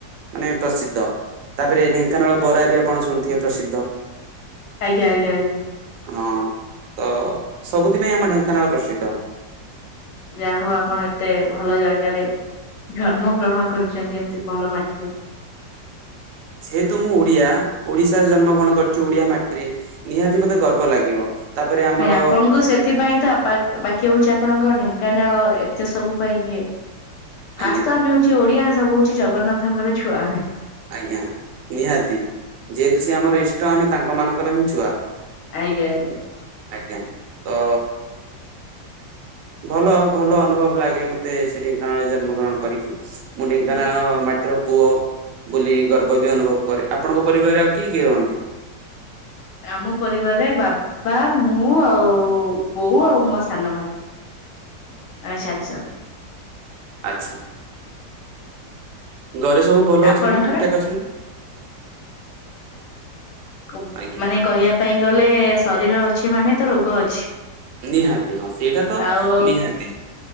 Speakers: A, on the right; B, on the left.
A: ମାନେ ପ୍ରସିଦ୍ଧ ତାପରେ ଢେଙ୍କାନାଳ ବରା ବି ଆପଣ ଶୁଣିଥିବେ ପ୍ରସିଦ୍ଧ।
B: ଆଜ୍ଞା ଆଜ୍ଞା ଆଜ୍ଞା।
A: ହଁ ତ ସବୁଥି ପାଇଁ ଆମ ଢେଙ୍କାନାଳ ପ୍ରସିଦ୍ଧ।
B: ଯାହା ହଉ ଆପଣ ଏତେ ଭଲ ଜାଗାରେ ଜନ୍ମ ଗ୍ରହଣ କରିଛନ୍ତି ଏମତି ଭଲ ମାଟି
A: ଯେହେତୁ ମୁଁ ଓଡିଆ ଓଡିଶାରେ ଜନ୍ମ ଗ୍ରଣ କରିଛି ଓଡିଆ ମାଟିରେ ନିହାତି ମତେ ଗର୍ବ ଲାଗିବ। ତାପରେ ଆମର
B: ନାଇଁ ଆପଣଙ୍କୁ ସେ ଏଥିପାଇଁ ତ ବାକି ହଉଛି ଆପଣଙ୍କ ଢେଙ୍କାନାଳ ଏତେ ସବୁ ପାଇଁ ଇଏ ଫାଷ୍ଟ
A: ଆଜ୍ଞା
B: ତ ଆମେ ହଉଚି ଓଡିଆ, ସବୁ ହଉଛି ଜଗନ୍ନାଥଙ୍କର ଛୁଆ ଆମେ।
A: ଆଜ୍ଞା, ନିହାତି। ଯେହେତୁ ସିଏ ଆମର ଇଷ୍ଟ, ଆମେ ତାଙ୍କ ମାନଙ୍କର ହିଁ ଛୁଆ।
B: ଆଜ୍ଞା ଆଜ୍ଞା।
A: ଆଜ୍ଞା। ତ ଭଲ ଭଲ ଅନୁଭବ ଲାଗେ ମତେ, ସେ ଢେଙ୍କାନାଳରେ ଜନ୍ମଗ୍ରହଣ କରିକି। ମୁଁ ଢେଙ୍କାନାଳ
B: ହୁଁ।
A: ମାଟିର ପୁଅ ବୋଲି ଗର୍ବ ବି ଅନୁଭବ କରେ। ଆପଣଙ୍କ ପରିବାରରେ ଆଉ କିଏ କିଏ ରହନ୍ତି?
B: ଆମ ପରିବାରରେ ବାବା, ମୁଁ ଆଉ ବୋଉ ଆଉ ମୋ ସାନ ଭାଇ। ଆମେ ଚାରିଜଣ।
A: ଆଚ୍ଛା। ଘରେ ସବୁ ଭଲ
B: ଆପଣଙ୍କର?
A: ଅଛନ୍ତି ନା, ଠିକ ଠାକ ଅଛନ୍ତି ନା?
B: କବ୍
A: ଆଜ୍ଞା
B: ମାନେ କହିବା ପାଇଁ ଗଲେ ଶରୀର ଅଛି ମାନେ ତ ରୋଗ ଅଛି।
A: ନିହାତି, ହଁ ସେଇଟା ତ
B: ଆଉ
A: ନିହାତି।